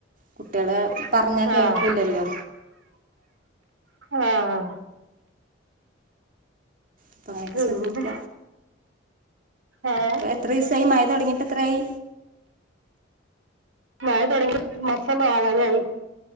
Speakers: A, on the right (about 45°); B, on the right (about 80°).
A: കുട്ടിയാള് പറഞ്ഞാ
B: ആഹ്
A: കേക്കൂലല്ലോ.
B: ആഹ്
A: അപ്പൊ അങ്ങനെയൊക്കെ
B: പിന്നെ.
A: ശ്രദ്ധിക്ക
B: ഏഹ്?
A: എത്രീസായി മയതൊടങ്ങിട്ട് എത്രായി?
B: മയ തൊട്ങ്ങി മാസംആവാനായി